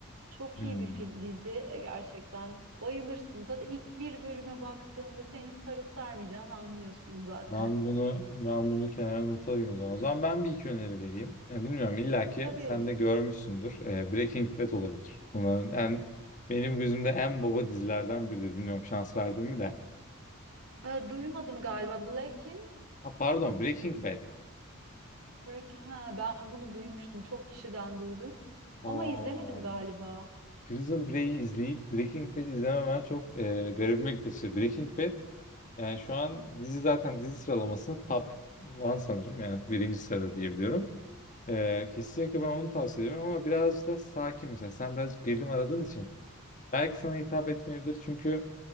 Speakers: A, on the right; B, on the left.
A: Çok
B: hmm,
A: iyi bir fil- dizi e, gerçekten. Bayılırsın. Zaten ilk bir bölüme baktığında seni sarıp sarmayacağını anlıyorsun zaten.
B: ben bunu ben bunu kenara not alayım o zaman. O zaman ben bir iki öneri vereyim. E, bilmiyorum illaki
A: <laughs> Tabii.
B: sen de görmüşsündür. E, Breaking Bad olabilir. Bunların en benim gözümde en baba dizilerden biridir. Bilmiyorum şans verdim mi de.
A: E, duymadım galiba. Blackin,
B: Ha, pardon Breaking Bad.
A: Black, ha, ben bunu duymuştum. Çok kişiden duydum.
B: Aa.
A: Ama izlemedim galiba.
B: Prison Break'i izleyip Breaking Bad izlememen çok e, garibime gitti açıkçası. Breaking Bad yani şu an dizi zaten dizi sıralamasını top one sanırım. Yani birinci sırada diyebiliyorum. E, kesinlikle ben onu tavsiye ediyorum ama birazcık da sakin mesela. Sen birazcık gerilim aradığın için belki sana hitap etmeyebilir çünkü